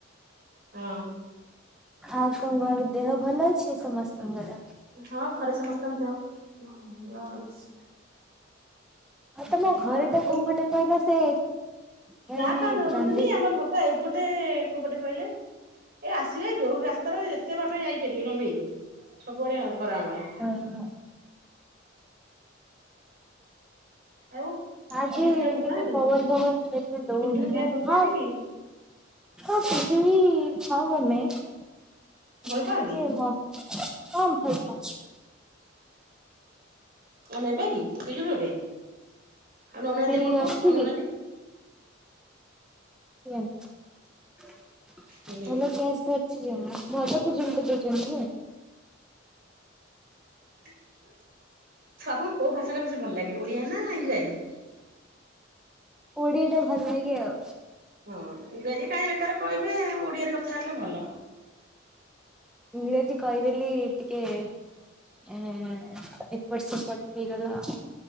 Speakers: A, on the right; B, in the centre.
A: ହଁ।
B: ଖା କଣଣ ଦେହ ଭଲ ଅଛି ସମସ୍ତଙ୍କର?
A: ହଁ ଘରେ ସମସ୍ତଙ୍କ ଦେହ ଭଲ ଅଛି।
B: ତମ ଘରଟା
A: ଆଉ ତମ
B: କୋଉ ପଟେ ତ ଏବେ ସେ ମାନେ
A: ନା ପାହାଁ ଧରନ୍ତୁନି
B: ଚଣ୍ଡି
A: ଆମ ଘଟା ଏପଟେ କୋଉ ପଟେ କହିଲେ? ଏ ଆସିବେ ଯୋଉ ରାସ୍ତାରେ ଯେତେ ବାଟ ଯାଇପାରିବେ ଲମ୍ବେଇକି ସବୁଆଡେ ଘର ଆମର।
B: ହଁ ହଁ।
A: ଆଉ?
B: ଆଜି
A: ପିଜୁଳି ଖାଇବାକୁ ଭଲ
B: ଟିକେ
A: ପାଆନ୍ତି
B: ପବନ ଫବନ ଏତେ ଦଉନି
A: ପିଜୁଳି ଖାଇବାକୁ
B: ନା?
A: ଭଲ ପାଆନ୍ତି କି?
B: ହଁ ପିଜୁଳି ଖାଉ ଆମେ ଏଟା
A: ଭଲ ପାଆନ୍ତି
B: ଟି ହଁ ଭଲ ପାଆନ୍ତି।
A: ନେବେ କି ପିଜୁଳି ଗୋଟେ? ଅନଉନାହାନ୍ତି
B: ପିଜୁଳି
A: ଏପଟକୁ
B: ଅଛି
A: ଅନଉନାହାନ୍ତି।
B: କି? <inaudible>
A: ହୁଁ।
B: ଭଲ କ୍ୟାଚ୍ ଧରିଚି ଯେ ମୁଁ। ମଜା <inaudible> ଦେଇଛନ୍ତି ଯେ।
A: <inaudible> ତମକୁ କୋଉ ଭାଷା ଟା ବେଶୀ ଭଲ ଲାଗେ ଓଡିଆ ନା ଇଂରାଜୀ?
B: ଓଡିଆ ଟା ଭଲ ଲାଗେ ଆଉ।
A: ହଁ ଇଂରାଜୀ କାହିଁ ବେକାରେ କହିବେ ଓଡିଆରେ କଥା ହେଲେ ଭଲ।
B: ଇଂରାଜୀ କହିଦେଲି ଟିକେ ଏଁ ଏପଟ୍ ସେପଟ୍ ହେଇଗଲା ଆଉ।